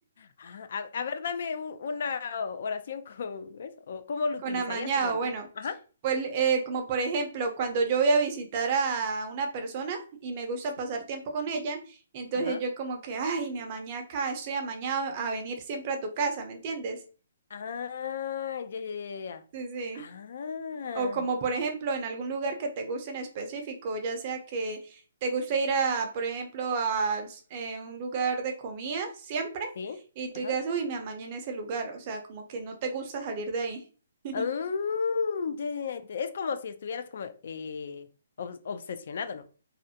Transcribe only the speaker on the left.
ah, A, a ver, dame u- una oración <laughs> con eso. ¿O cómo lo
utilizarías
como el
día? Ajá.
Sí.
Ajá.
Ah, ya, ya, ya. ya.
Ah,
sí.
Ajá.
Mm, ya, ya, ya, Es como si estuvieras como eh, obs- obsesionado, ¿no?